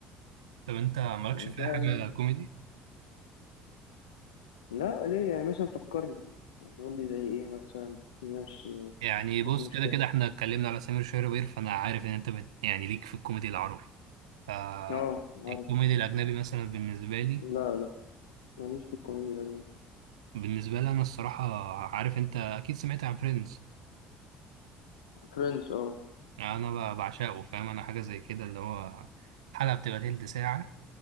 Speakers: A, on the right; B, on the left.
A: طب انت مالكش
B: يعني
A: في
B: في
A: اي
B: حاجة
A: حاجة كوميدي
B: لا ليه يعني مثلا فكرني يعني قول لي زي ايه مثلا نفس
A: يعني
B: كنت
A: بص
B: مش
A: كده
B: فاهم
A: كده احنا اتكلمنا على سمير شهربير فانا عارف ان انت بت... يعني ليك في الكوميدي العربي فالكوميدي
B: اه عارف
A: الاجنبي مثلا بالنسبة لي
B: لا لا ماليش في الكوميديا الأجنبية
A: بالنسبة لي انا الصراحة عارف انت اكيد سمعت عن فريندز
B: فريندز اه
A: انا ب- بعشقه فاهم انا حاجة زي كده اللي هو حلقة بتبقى تلت ساعة